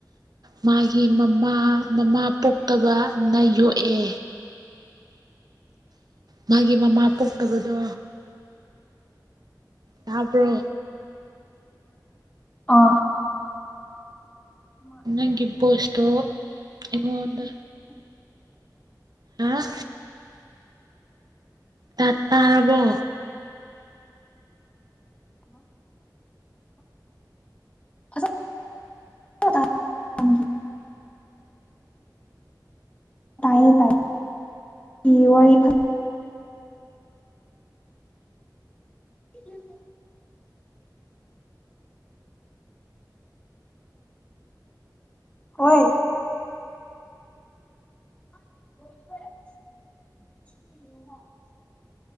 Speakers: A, on the right; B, on the left.
A: ꯃꯥꯒꯤ ꯃꯃꯥ ꯃꯃꯥ ꯄꯣꯛꯇꯕꯅ ꯌꯣꯛꯑꯦ ꯃꯥꯒꯤ ꯃꯃꯥ ꯄꯣꯛꯇꯕꯗꯣ ꯇꯕ꯭ꯔꯣ
B: ꯑꯥ
A: ꯅꯪꯒꯤ ꯒꯤꯕꯣꯁꯇꯣ ꯏꯉꯣꯟꯗ ꯑꯥ ꯇꯥ ꯇꯥꯔꯔꯕꯣ
B: <inaudible> ꯇꯥꯏꯌꯦꯦ ꯇꯥꯏ ꯏ ꯋꯥꯔꯤ ꯐ <inaudible> ꯍꯣꯏ <inaudible>